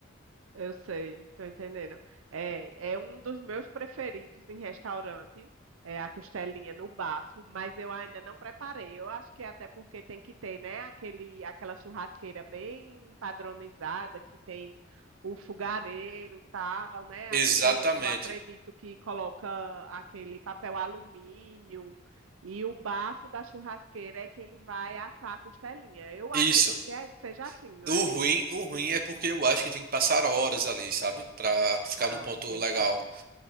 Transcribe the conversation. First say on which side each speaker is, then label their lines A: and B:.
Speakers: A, on the right; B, on the right.
A: Eu sei, tô entendendo. É, é um dos meus preferidos em restaurante, é a costelinha no bafo, mas eu ainda não preparei. Eu acho que é até porque tem que ter, né, aquele, aquela churrasqueira bem padronizada que tem o fogareiro, tal, né? Aí
B: Exatamente.
A: você, eu acredito que coloca aquele papel alumínio e o bafo da churrasqueira é quem vai assar a costelinha. Eu
B: Isso.
A: acredito que é- seja assim, não
B: O
A: é?
B: ruim, o ruim é porque eu acho que tem que passar horas ali, sabe? Pra ficar
A: Ah,
B: no ponto
A: entendi.
B: legal.